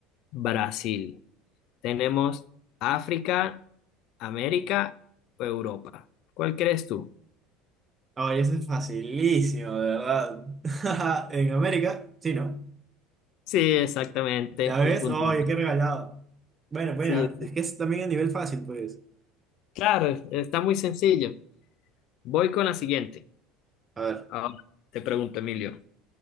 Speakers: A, on the left; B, on the right.
A: Brasil. Tenemos África, América o Europa. ¿Cuál crees tú?
B: Ay, eso es facilísimo, de verdad. <laughs> En América, sí, ¿no?
A: Sí, exactamente,
B: ¿Ya ves?
A: un puntito.
B: Oye, qué regalado. Bueno, bueno,
A: Sí, sí.
B: es que es también a nivel fácil, pues.
A: Claro, está muy sencillo. Voy con la siguiente.
B: A ver,
A: Ahora te pregunto, Emilio,